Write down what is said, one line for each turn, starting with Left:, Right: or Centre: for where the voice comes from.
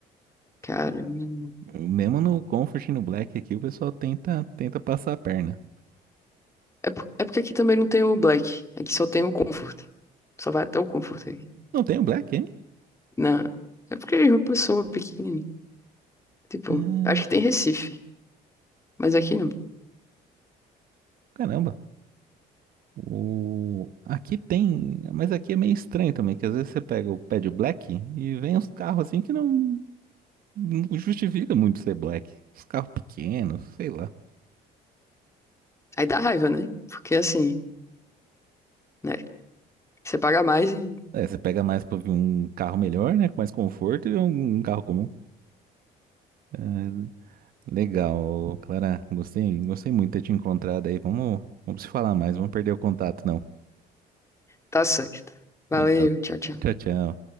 Left: cara, hum.
Right: Mesmo no Comfort e no Black aqui, o pessoal tenta, tenta passar a perna.
Left: é, por- é porque aqui também não tem o Black, aqui só tem o Comfort. Só vai até o Comfort aqui.
Right: Não tem o Black, hein?
Left: Não, é porque é uma pessoa pequenininha. Tipo,
Right: Hum,
Left: acho que tem Recife, mas aqui não.
Right: Caramba. O... Aqui tem, mas aqui é meio estranho também, que às vezes você pega o pé de black e vem uns carros assim que não, não justifica muito ser black. Os carros pequenos, sei lá.
Left: Aí dá raiva, né? Porque assim, né? Você paga mais e
Right: É, você pega mais pra um carro melhor, né? Com mais conforto e um, um carro comum. É, Legal, Clara. Gostei, gostei muito de ter te encontrado aí. Vamos, vamos se falar mais, vamos perder o contato, não.
Left: tá certo. Valeu,
Right: Legal.
Left: tchau, tchau.
Right: Tchau, tchau.